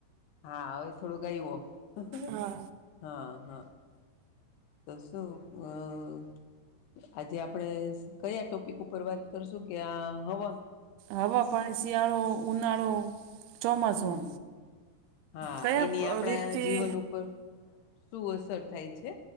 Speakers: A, on the left; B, on the right.
A: હા હવે થોડુંક આયવો <unintelligible>
B: હા
A: હ હ તોસું <unintelligible> આજે આપણેે કયા ટોપિક ઉપર વાત કરશું? કે આ હવા
B: હવા પાણ સિયાળો ઉનાળો ચોમાસું
A: હમ્મ, હા
B: કયા
A: એની આપણા
B: રીતથી
A: જીવન ઉપર શું અસર થાય છે,